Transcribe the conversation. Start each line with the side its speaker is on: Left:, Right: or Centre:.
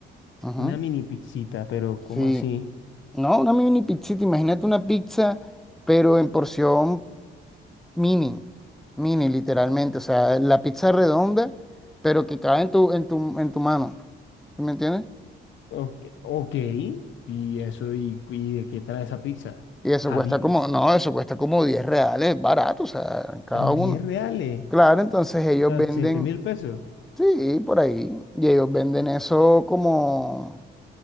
Centre: Ujú.
Left: Una mini pizzita, pero ¿cómo
Centre: Sí,
Left: así?
Centre: no, una mini pizzita. Imagínate una pizza, pero en porción. mini, mini literalmente, o sea, la pizza redonda, pero que cabe en tu, en tu, en tu mano, ¿sí me entiendes?
Left: Ok, ok. ¿Y eso? ¿Y, y de qué trae esa pizza?
Centre: Y eso
Left: Habibis.
Centre: cuesta como, no, eso cuesta como 10 reales, barato, o sea, cada
Left: er,
Centre: uno.
Left: diez reales.
Centre: Claro, entonces ellos
Left: O sea,
Centre: venden,
Left: siete mil pesos.
Centre: sí, por ahí, y ellos venden eso como,